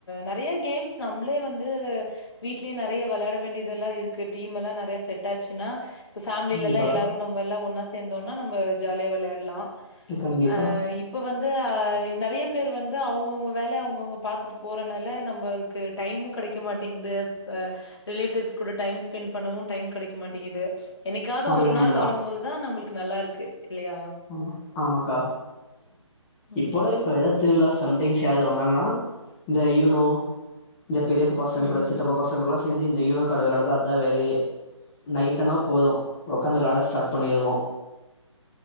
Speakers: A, on the left (about 60°); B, on the left (about 20°).
A: நறைய கேம்ஸ் நம்பளே வந்து வீட்லயே நறைய வெளயாட வேண்டியதெல்லா இருக்கு டீம் எக்மெல்லா நெறைய செட்டாச்சுன்னா இப்போ ஃபேமிலிலல்லா
B: கண்டிப்பாக்கா
A: எல்லாரு நம்ம எல்லா ஒன்னா சேந்தோன்னா நம்ம ஜாலியா வெளயாட்லா
B: கண்டிப்பா
A: ஆ இப் போ வந்து நறைய பேர் வந்து அவுங்கவுங்க வேலைய அவுங்கங்க பாத்துட்டு இப்ப போறனால நம்மளுக்கு டைமு கடைக்க மாட்டேந்து ப ரிலேட்டிவ்ஸ் கூட டைம் ஸ்பெண்ட் பண்ணவு டைம் கெடைக்க மாட்டேங்கிது என்னைக்காவது
B: அது
A: ஒரு நாள்
B: உண்மதா
A: வரும் போதுதா நம்மளுக்கு நல்லா இருக்கு இல்லயா
B: ம் ஆமாக்கா
A: ம்.
B: இப்போட இப்ப ஏதா திருவிழா சம்டைம்ஸ் யாராவது வந்தாங்கன்னா இந்த யூனோ இந்த பெரியப்ப பசங்க்கூட
A: ம்.
B: சித்தப்ப பசங்கலோட சேந்து இந்த யூனோ காட வெளாட்டுறதுதா அதா வேலயே நைட் ஆனா போது உக்காந்து வெளாட ஸ்டார்ட் பண்ணிருவோ